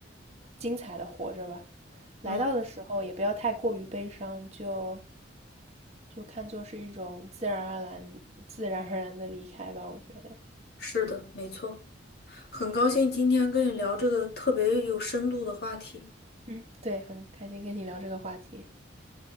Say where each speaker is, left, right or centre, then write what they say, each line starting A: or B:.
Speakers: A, on the right; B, on the left.
A: 精彩的活着吧，来到的时候也不要太过于悲伤，
B: 嗯，
A: 就就看作是一种自然而然、自然而然的离开吧。我觉得，
B: 是的，没错。很高兴今天跟你聊这个特别有深度的话题，
A: 嗯，对，很开心跟你聊这个话题，